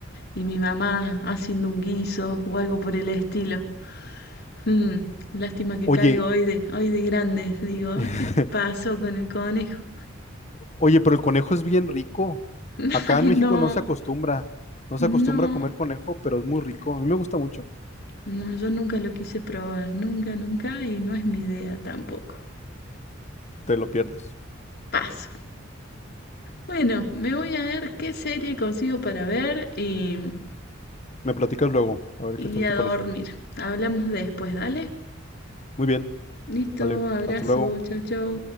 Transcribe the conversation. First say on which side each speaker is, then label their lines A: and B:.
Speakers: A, on the left (about 55°); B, on the left (about 35°).
A: y mi mamá haciendo un guiso o algo por el estilo. Hmm, lástima que
B: Oye,
A: caigo hoy de, hoy de grandes. Digo, "Ah,
B: <laughs>
A: ¿qué pasó con el conejo?
B: Oye, pero el conejo es bien rico.
A: <laughs>
B: Acá
A: Ay,
B: en México
A: no,
B: no se acostumbra. No
A: no,
B: se acostumbra a comer conejo, pero es muy rico. A mí me gusta mucho.
A: no, yo nunca lo quise probar, nunca, nunca y no es mi idea tampoco.
B: Te lo pierdes.
A: Paso. Bueno, me voy a ver qué serie consigo para ver y,
B: Me platicas luego, a ver
A: y
B: qué tal
A: a
B: te
A: dormir.
B: pareció.
A: Hablamos después, dale.
B: Muy bien.
A: Listo,
B: Vale,
A: abrazo,
B: hasta luego.
A: chau, chau.